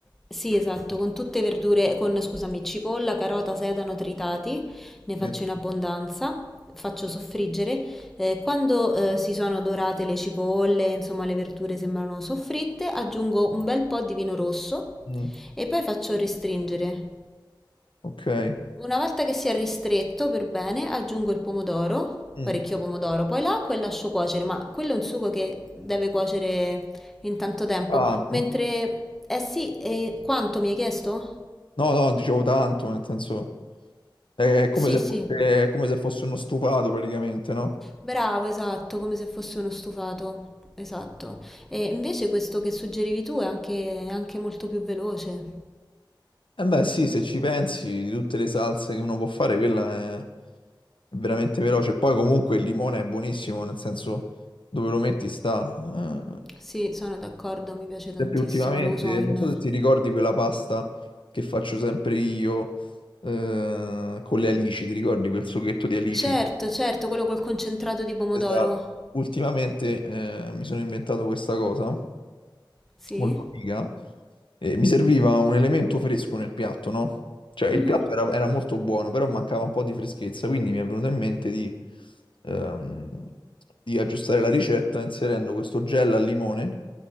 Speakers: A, in the centre; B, on the left.
A: sì, esatto, con tutte verdure, con, scusami, cipolla, carota, sedano tritati, ne
B: sì.
A: faccio in abbondanza, faccio soffriggere. Eh, quando, eh, si sono dorate le cipolle, insomma, le verdure sembrano soffritte, aggiungo un bel po' di vino rosso
B: Mm,
A: e poi faccio restringere.
B: ok.
A: Una volta che si è ristretto per bene, aggiungo il pomodoro,
B: Mm,
A: parecchio pomodoro, poi l'acqua e lascio cuocere, ma quello è un sugo che deve cuocere in tanto tempo.
B: Tanto.
A: Mentre, eh sì, e quanto mi hai chiesto?
B: No, no, dicevo tanto, nel senso, è come
A: Sì,
B: se
A: sì,
B: fosse, è come se fosse uno stufato praticamente, no?
A: bravo, esatto, come se fosse uno stufato, esatto. E invece questo che suggerivi tu è anche, è anche molto più veloce.
B: Eh beh, sì, se ci pensi, di tutte le salse che uno può fare, quella è... è veramente veloce. Poi comunque il limone è buonissimo, nel senso dove lo metti sta. Eh,
A: Sì, sono d'accordo, mi piace tantissimo,
B: sempre ultimamente,
A: lo uso
B: non
A: in...
B: so se ti ricordi quella pasta che faccio sempre io eh, con le alici, ti ricordi quel sughetto di alici?
A: Certo, certo, quello col concentrato di pomodoro.
B: Esatto. Ultimamente eh, mi sono inventato questa cosa,
A: Sì?
B: molto figa, e mi serviva un elemento fresco nel piatto, no? Cioè,
A: Mhm.
B: il piatto era, era molto buono, però mancava un po' di freschezza, quindi mi è venuto in mente di, ehm, di aggiustare la ricetta inserendo questo gel al limone,